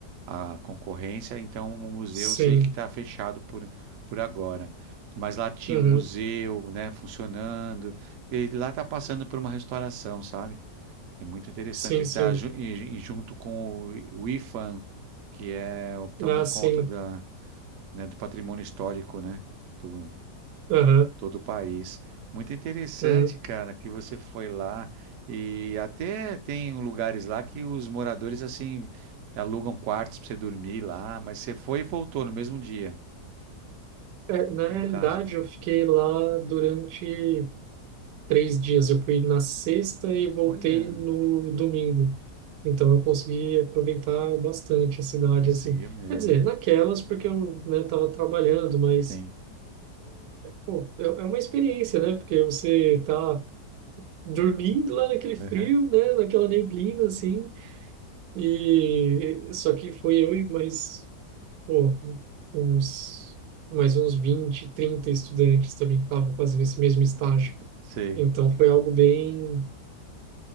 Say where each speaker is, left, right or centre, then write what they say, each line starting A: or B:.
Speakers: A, on the right (about 65°); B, on the right (about 85°).
A: a concorrência, então o museu
B: sim.
A: eu sei que está fechado por, por agora. Mas lá tinha
B: Uhum,
A: um museu, né, funcionando. E lá está passando por uma restauração, sabe? É muito interessante.
B: sim,
A: Está
B: sim.
A: junto com o I- o IFAM, que é o que tomou
B: Ah,
A: conta
B: sim.
A: da né, do patrimônio histórico, né, do,
B: Aham,
A: de todo o país. Muito interessante,
B: uhum.
A: cara, que você foi lá e até tem lugares lá que os moradores, assim, alugam quartos para você dormir lá, mas você foi e voltou no mesmo dia,
B: É, na
A: no
B: realidade,
A: caso.
B: eu fiquei lá durante... três dias. Eu fui na sexta e voltei
A: Olha,
B: no domingo. Então eu consegui aproveitar bastante a cidade,
A: conseguiu
B: assim.
A: mesmo.
B: Quer dizer, naquelas, porque eu, né, tava trabalhando, mas,
A: Sim.
B: pô, é, é uma experiência, né? Porque você tá dormindo lá naquele frio,
A: Aham.
B: né? Naquela neblina, assim. E só que foi eu e mais, pô, uns, mais uns 20 30 estudantes também que estavam fazendo esse mesmo estágio.
A: Sei.
B: Então foi algo bem